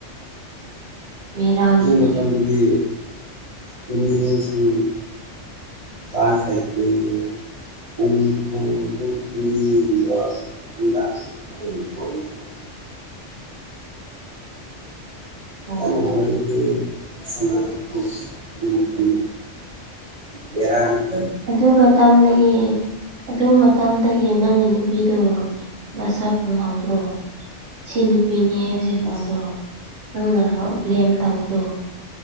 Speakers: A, on the right; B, on the right.
A: ꯕꯦꯔꯥꯅꯤꯅꯦ
B: ꯍꯨꯖꯤꯛ ꯃꯇꯝꯗꯗꯤ ꯇꯨꯝꯅꯤꯡꯂꯁꯨ ꯆꯥꯟꯁ ꯂꯩꯇꯦ ꯌꯦ <unintelligible>
A: ꯑꯣ
B: ꯇꯟꯅ ꯋꯔꯤꯕꯤ ꯁꯅꯄꯗꯦ ꯕꯤꯔꯅꯤ
A: ꯑꯗꯨꯒ ꯇꯝꯅꯥꯌꯦ ꯑꯗꯨ ꯃꯇꯝ ꯑꯩꯒꯤ ꯅꯪꯒꯤ ꯅꯨꯄꯤꯗꯣ ꯃꯁꯛ ꯉꯧꯗꯔꯣ ꯁꯤ ꯅꯨꯄꯤꯅꯤ ꯍꯥꯏꯕꯁꯦ ꯈꯪꯗ꯭ꯔꯑꯣ
B: ꯑꯁ
A: ꯅꯪꯅ ꯕ꯭ꯂꯦꯝ ꯇꯧꯕꯗꯣ